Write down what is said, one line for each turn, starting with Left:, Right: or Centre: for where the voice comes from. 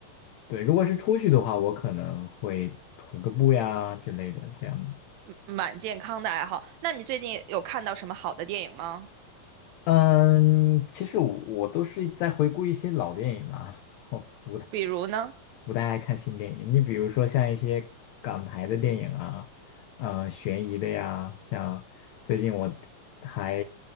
Left: 对，如果是出去的话，我可能会徒个步呀之类的，这样子。
Right: 嗯蛮健康的爱好。那你最近有看到什么好的电影吗？
Left: 嗯，其实我我都是在回顾一些老电影啦，<laughs>
Right: 比如呢，
Left: 不太爱看新电影。你比如说像一些港台的电影啊，呃，悬疑的呀，像最近我还